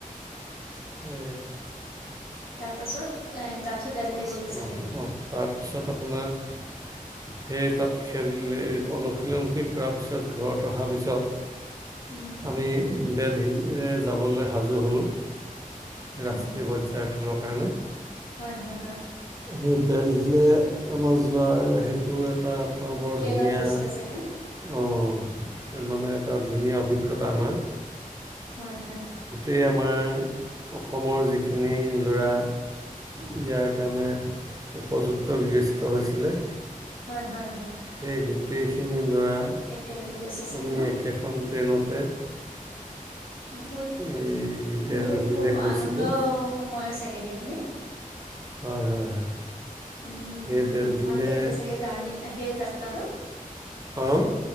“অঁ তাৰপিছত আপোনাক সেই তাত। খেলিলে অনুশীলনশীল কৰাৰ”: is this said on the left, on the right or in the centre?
Right